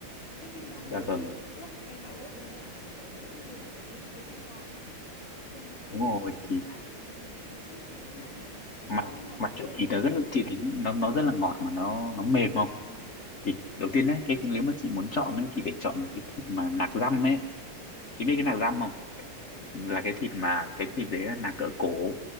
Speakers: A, on the left; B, on the left.
A: thế cái món
B: dạ
A: đấy
B: vâng
A: ướp em bảo ướp đơn giản thì thường là ướp những gì mà chị thấy thịt nó ngọt nó không không
B: đúng rồi
A: bị
B: thì
A: mặn không bị chát thì như nào đâu chị thấy
B: mà
A: nó nó ngọt
B: mà
A: tự
B: kiểu
A: nhiên
B: thì nó rất là- chị thấy nó nó rất là ngọt mà nó nó mềm không
A: ừ, ừ.
B: thì đầu tiên ấy cái nếu mà chị muốn chọn ấy thì phải chọn cái thịt mà nạc dăm ấy
A: thịt
B: chị
A: nạc
B: biết cái
A: răm
B: nạc dăm không
A: ừ
B: là cái thịt mà cái thịt đấy là nạc ở cổ